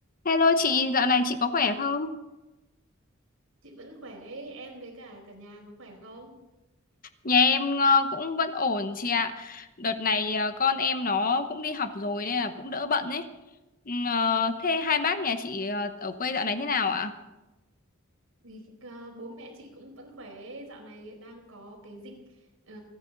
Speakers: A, on the left; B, on the right.
A: Hello chị, dạo này chị có khỏe không?
B: Chị vẫn khỏe, em với cả cả nhà có khỏe không?
A: Nhà em ờ, cũng vẫn ổn chị ạ. Đợt này ờ, con em nó cũng đi học rồi nên là cũng đỡ bận ấy. Ừm, ờ, thế hai bác nhà chị ờ, ở quê dạo này thế nào ạ?
B: Thì, ờ, bố mẹ chị cũng vẫn khỏe, dạo này đang có cái dịch ờ,